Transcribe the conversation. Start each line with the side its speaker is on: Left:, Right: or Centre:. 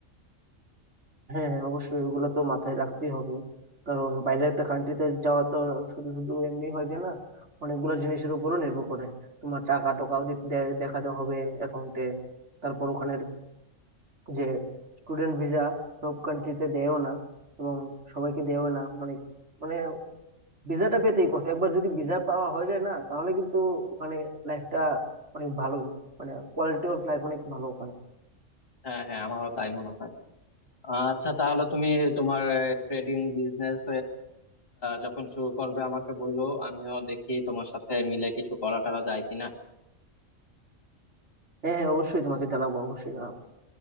Right: হ্যাঁ হ্যাঁ অবশ্যই ওগুলো তো মাথায় রাখতেই হবে কারণ বাইরে একটা কান্ট্রিতে যাওয়া তো শুধু শুধু এমনি হয় যায় না অনেকগুলো জিনিসের উপরও নির্ভর করে তোমার টাকা টাকাও দি- দে- দেখাতে হবে অ্যাকাউন্টে তারপর ওখানের যে স্টুডেন্ট ভিসা সব কান্ট্রিতে দেয়ও না এবং সবাইকে দেয়ও না মানে মানে ভিসাটা পেতেই কষ্ট একবার যদি ভিসা পাওয়া হয়ে যায় না তাহলে কিন্তু ওখানে লাইফটা অনেক ভালোই মানে কোয়ালিটি অফ লাইফ অনেক ভালো ওখানে
Left: হ্যাঁ হ্যাঁ আমারও তাই মনে হয় আচ্ছা তাহলে তুমি তোমার ট্রেডিং বিজনেস যখন শুরু করবে আমাকে বললো আমিও দেখি তোমার সাথে মিলে কিছু করা টরা যায় কিনা
Right: হ্যাঁ হ্যাঁ অবশ্যই তোমাকে জানাবো অবশ্যই জানাবো